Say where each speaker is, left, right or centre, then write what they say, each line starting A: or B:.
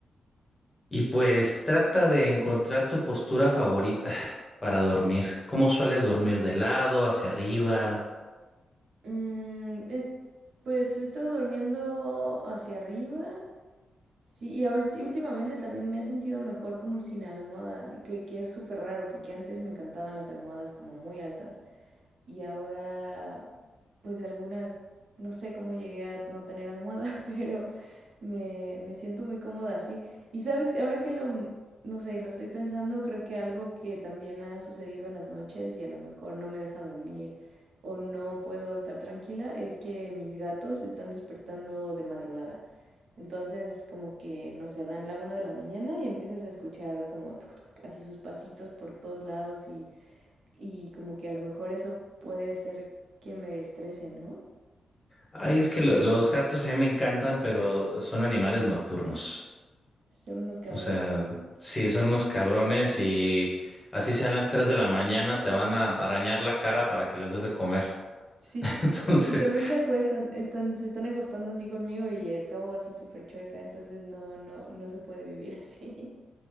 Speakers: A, on the left (about 15°); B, on the right (about 65°).
A: Y pues trata de encontrar tu postura favorita <laughs> para dormir. ¿Cómo sueles dormir de lado, hacia arriba?
B: Mm, es- pues he estado durmiendo hacia arriba Sí, y ahorita- últimamente también me he sentido mejor como sin almohada, que, que es súper raro, porque antes me encantaban las almohadas como muy altas y ahora, pues de alguna, no sé cómo llegué a no tener almohada, <laughs> pero me, me siento muy cómoda así. Y sabes, ahora que lo, no sé, lo estoy pensando, creo que algo que también ha sucedido en las noches y a lo mejor no me deja dormir o no puedo estar tranquila es que mis gatos se están despertando de madrugada. Entonces, como que, no sé, dan la una de la mañana y empiezas a escuchar como tuc, tuc, tuc, así sus pasitos por todos lados y y como que a lo mejor eso puede ser que me estrese, ¿no?
A: Ay, es que lo- los gatos a mí me encantan, pero son animales nocturnos.
B: Son unos cabrones.
A: O sea, sí, son unos cabrones y así sean las 3 de la mañana, te van a arañar la cara para que les des de comer.
B: Sí.
A: <laughs> Entonces,
B: <laughs> Y también se acuestan, están, se están acostando así conmigo y acabo así súper chueca, entonces no, no, no se puede vivir así.